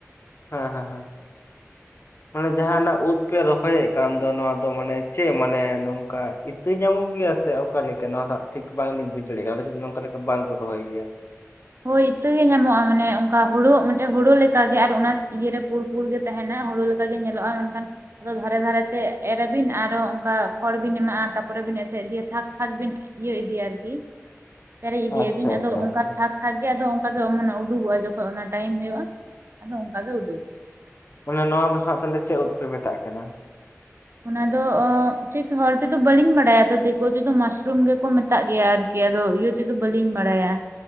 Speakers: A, on the left; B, on the right.
A: ᱦᱮᱸ ᱦᱮᱸ ᱦᱚᱭ᱾ ᱢᱟᱱᱮ ᱡᱟᱦᱟᱸᱱᱟᱜ ᱩᱫ ᱯᱮ ᱨᱚᱦᱚᱭᱮᱫ ᱠᱟᱱ ᱫᱚ ᱱᱚᱣᱟ ᱫᱚ ᱢᱟᱱᱮ ᱪᱮᱫ ᱢᱟᱱᱮ ᱱᱚᱝᱠᱟ ᱤᱛᱟᱹ ᱧᱟᱢᱚᱜ ᱜᱮᱭᱟ ᱥᱮ ᱚᱠᱟᱮ ᱞᱮᱠᱟ ᱱᱚᱣᱟ ᱦᱟᱜ ᱴᱷᱤᱠ ᱵᱟᱝᱞᱤᱧ ᱵᱩᱡ ᱫᱟᱲᱮᱭᱟᱜᱭᱟ ᱟᱞᱮᱫ ᱫᱚ ᱱᱚᱝᱠᱟ ᱞᱮᱠᱟ ᱵᱟᱝᱠᱚ ᱨᱚᱦᱚᱭ ᱜᱮᱭᱟ᱾
B: ᱦᱳᱭ ᱤᱛᱟᱹᱜ ᱜᱮ ᱧᱟᱢᱚᱜ-ᱟ ᱢᱟᱱᱮ ᱚᱱᱠᱟ ᱦᱳᱲᱳ ᱢᱮᱱ ᱦᱳᱲᱳ ᱞᱮᱠᱟᱜᱮ ᱟᱨ ᱚᱱᱟ ᱤᱭᱟᱹᱨᱮ ᱯᱩ ᱯᱩᱲ ᱜᱮ ᱛᱟᱦᱮᱱᱟ ᱦᱩᱲᱳ ᱞᱮᱠᱟᱜ ᱜᱮ ᱧᱮᱞᱚᱜ-ᱟ ᱢᱮᱱᱠᱷᱟᱱ ᱟᱫᱚ ᱫᱷᱟᱨᱮ ᱫᱷᱟᱨᱮᱛᱮ ᱮᱨᱵᱤᱱ ᱟᱨᱚ ᱚᱱᱠᱟ ᱠᱷᱚᱲ ᱵᱤᱱ ᱮᱢᱟᱜ-ᱟ ᱛᱟᱨᱯᱚᱨᱮ ᱵᱤᱱ ᱮᱥᱮᱫ ᱫᱤᱭᱤᱭᱟ ᱛᱷᱟᱠ ᱛᱷᱟᱠ ᱵᱤᱱ ᱤᱭᱟᱹ ᱤᱫᱤᱭᱟ ᱟᱨᱠᱤ ᱯᱮᱨᱮᱡ ᱤᱫᱤᱭᱟᱵᱤᱱ
A: ᱟᱪᱪᱷᱟ
B: ᱟᱫᱚ
A: ᱟᱪᱪᱷᱟ
B: ᱚᱱᱠᱟ
A: ᱟᱪᱪᱷᱟ
B: ᱛᱷᱟᱠ ᱛᱷᱟᱠ ᱜᱮ ᱟᱫᱚ ᱚᱱᱠᱟᱜᱮᱟᱱᱮ ᱩᱰᱩᱠᱚᱜ-ᱟ ᱡᱚᱠᱷᱚᱱ ᱚᱱᱟ ᱴᱟᱭᱤᱢ ᱦᱩᱭᱩᱜ-ᱟ ᱟᱫᱚ ᱚᱱᱠᱟᱜᱮ ᱩᱰᱩᱠᱚᱜ-ᱟ᱾
A: ᱢᱟᱱᱮ ᱱᱚᱣᱟ ᱫᱚ ᱦᱟᱸᱜ ᱛᱟᱦᱚᱞᱮ ᱪᱮᱫ ᱩᱫ ᱯᱮ ᱢᱮᱛᱟᱜ ᱠᱟᱱᱟ?
B: ᱚᱱᱟ ᱫᱚ ᱴᱷᱤᱠ ᱦᱚᱲ ᱛᱮᱫᱚ ᱵᱟᱹᱞᱤᱧ ᱵᱟᱲᱟᱭᱟ ᱛᱚ ᱛᱮᱫᱚ ᱢᱟᱥᱨᱩᱢ ᱜᱮᱠᱚ ᱢᱮᱛᱟᱜ ᱜᱮᱭᱟ ᱟᱨᱠᱤ ᱠᱮᱭᱟ ᱟᱫᱚ ᱤᱭᱟᱹ ᱛᱮᱫᱚ ᱵᱟᱹᱞᱤᱧ ᱵᱟᱲᱟᱭᱟ᱾